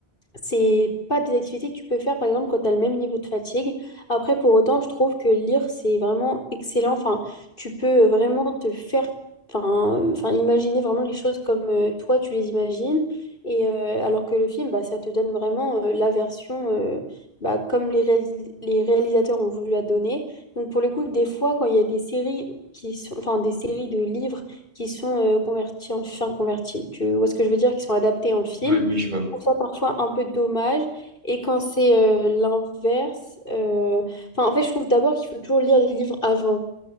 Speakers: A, on the left; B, on the right.
A: c'est pas des activités que tu peux faire, par exemple, quand tu as le même niveau de fatigue. Après, pour autant, je trouve que lire, c'est vraiment excellent. Enfin, tu peux vraiment te faire, enfin, euh, enfin, imaginer vraiment les choses comme euh, toi, tu les imagines. Et euh, alors que le film, bah, ça te donne vraiment euh, la version euh, bah, comme les, réalis- les réalisateurs ont voulu la donner. Donc, pour le coup, des fois, quand il y a des séries qui sont, enfin, des séries de livres qui sont euh, convertis en, enfin, convertis, tu vois ce que je veux dire, qui sont adaptés en film
B: Ouais, oui, je vois.
A: trouve ça parfois un peu dommage. Et quand c'est euh, l'inverse, euh, enfin, en fait, je trouve d'abord qu'il faut toujours lire les livres avant.